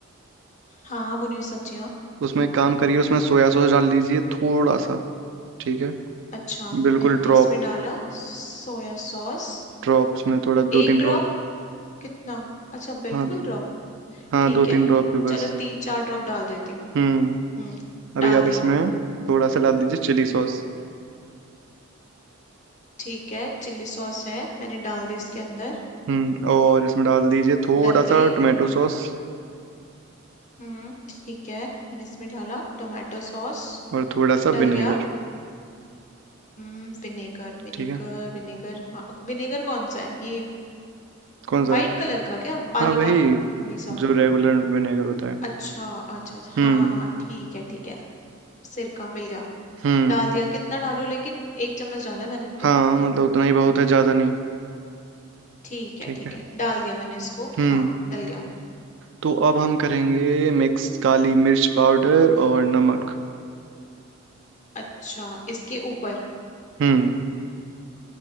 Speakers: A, on the left; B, on the right.
A: हाँ भुनी सब्जियाँ
B: उसमें एक काम करिए उसमें सोया सॉस डाल दीजिए थोड़ा सा ठीक है
A: अच्छा
B: बिल्कुल
A: मैंने
B: ड्रॉप
A: इसमें डाला सोया सॉस
B: ड्रॉप्स में थोड़ा
A: एक
B: दो तीन
A: ड्रॉप
B: ड्रॉप
A: कितना अच्छा बिल्कुल
B: हाँ
A: ड्रॉप
B: हाँ
A: ठीक
B: दो तीन
A: है
B: ड्रॉप भी
A: चलो
B: बस
A: तीन चार ड्रॉप डाल देती हूँ
B: हम्म
A: हम्म
B: अभी
A: डाल
B: आप
A: दिया
B: इसमें थोड़ा सा डाल दीजिए चिली सॉस
A: ठीक है चिल्ली सॉस है मैंने डाल दी इसके अंदर
B: हम्म और इसमें डाल दीजिए थोड़ा
A: डल गई
B: सा टोमेटो सॉस
A: हम्म ठीक है मैंने इसमें डाला टोमेटो सॉस
B: और थोड़ा सा
A: डल
B: विनेगर
A: गया हम्म विनेगर विनेगर
B: ठीक है
A: विनेगर हाँ विनेगर कौन सा है ये
B: कौन सा
A: वाइट कलर का क्या पानी
B: हाँ वही
A: पानी सा
B: जो रेगुलर विनेगर होता है
A: अच्छा अच्छा अच्छा, हाँ
B: हम्म
A: हाँ हाँ ठीक है ठीक है सिरका मिल गया
B: हम्म
A: डाल दिया कितना डालू लेकिन एक चम्मच डाला मैंने तो
B: हाँ मतलब उतना ही बहुत है ज़्यादा नहीं
A: ठीक
B: ठीक
A: है ठीक
B: है
A: है डाल दिया मैंने इसको
B: हम्म
A: हाँ डल गया
B: तो अब हम करेंगे मिक्स काली मिर्च पाउडर और नमक
A: अच्छा इसके ऊपर
B: हम्म